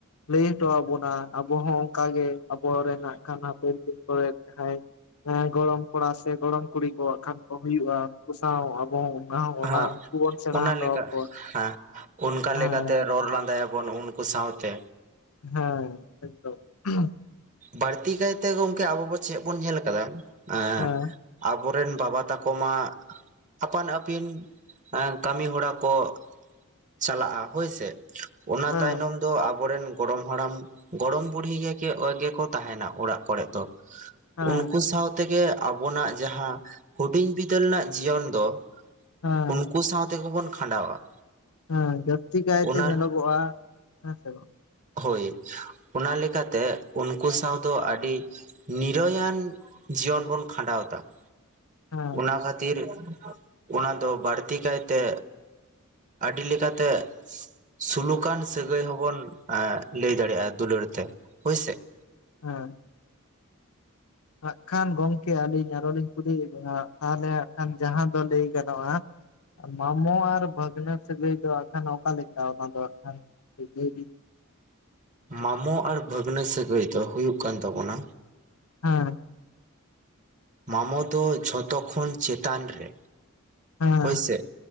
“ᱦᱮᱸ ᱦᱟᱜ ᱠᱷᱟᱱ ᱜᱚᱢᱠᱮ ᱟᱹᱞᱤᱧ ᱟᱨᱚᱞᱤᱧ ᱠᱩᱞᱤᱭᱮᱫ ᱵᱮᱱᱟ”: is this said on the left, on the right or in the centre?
Left